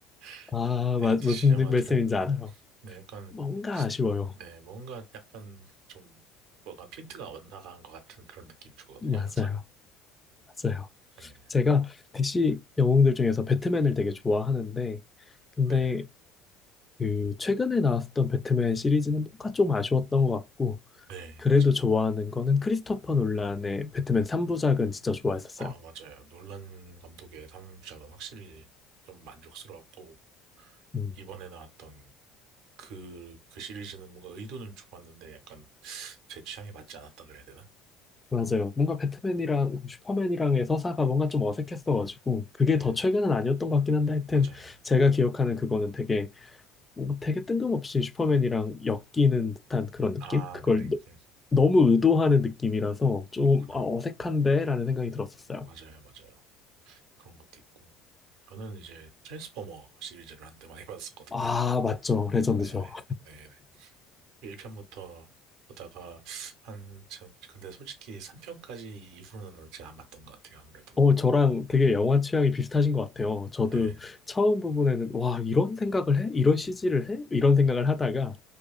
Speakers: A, on the right (about 75°); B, on the left (about 20°).
A: <laughs>
B: 아,
A: 네,
B: 맞,
A: DC
B: 무슨
A: 영화들은
B: 말씀인지 알아요.
A: 네, 약간
B: 뭔가 아쉬워요.
A: 네, 뭔가 약간 좀 뭐가 핀트가 엇나간 것 같은 그런 느낌 주거든요.
B: 맞아요.
A: 항상.
B: 맞아요.
A: 네,
B: 제가 DC 영웅들 중에서 배트맨을 되게 좋아하는데 근데
A: 네,
B: 그 최근에 나왔었던 배트맨 시리즈는 뭔가 좀 아쉬웠던 것 같고
A: 네,
B: 그래도
A: 맞아요.
B: 좋아하는 거는 크리스토퍼 놀란의 배트맨 3부작은 진짜 좋아했었어요.
A: 아, 맞아요. 놀란 감독의 3부작은 확실히 좀 만족스러웠고
B: 음,
A: 이번에 나왔던 그, 그 시리즈는 뭔가 의도는 좋았는데 약간 제 취향에 맞지 않았다 그래야 되나?
B: 맞아요. 뭔가 배트맨이랑 그 슈퍼맨이랑의 서사가 뭔가 좀 어색했어가지고 그게
A: 네,
B: 더 최근은 아니었던 것 같긴 한데 하여튼
A: 맞아요.
B: 제가 기억하는 그거는 되게 뭔가 되게 뜬금없이 슈퍼맨이랑 엮이는 듯한 그런 느낌?
A: 아,
B: 그걸
A: 근데
B: 너-
A: 이제
B: 너무 의도하는 느낌이라서 좀
A: 그렇구나.
B: 아, 어색한데? 라는 생각이 들었었어요.
A: 맞아요, 맞아요. 그런 것도 있고. 저는 이제 트랜스포머 시리즈를 한때 많이 <laughs> 봤었거든요.
B: 아, 맞죠. 레전드죠.
A: 네네, 네네. 1편부터 보다가 한, 저, 근데 솔직히 3편까지 이후로는 제가 안 봤던 것 같아요, 아무래도.
B: 어, 저랑 되게 영화 취향이 비슷하신 것 같아요. 저도
A: 네,
B: 처음 부분에는, 와, 이런 생각을 해? 이런 CG를 해? 이런 생각을 하다가,